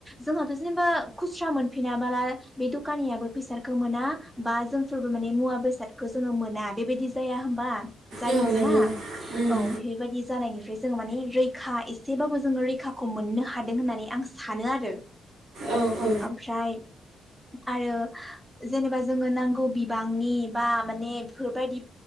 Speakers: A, in the centre; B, on the right (about 65°).
A: जोंहाथ' जेनेबा खुस्रा मोनफिनाबोला बे दखानियाबो फैसाखौ मोना बा जोंफोरबो माने मुवा बेसादखौ जोङो मोना बेबायदि जाया होमबा? जायोमोन
B: औ नंगौ
A: ना
B: उम
A: औ बेफोरबायदि जानायनिफ्राय जोङो माने रैखा एसेबाबो जोङो रैखाखौ मोननो हादों होननानै आं सा सानो आरो।
B: औ औ
A: ओमफ्राय आरो जेनेबा जोङो नांगौ बिबांनि बा माने बेफोरबायदि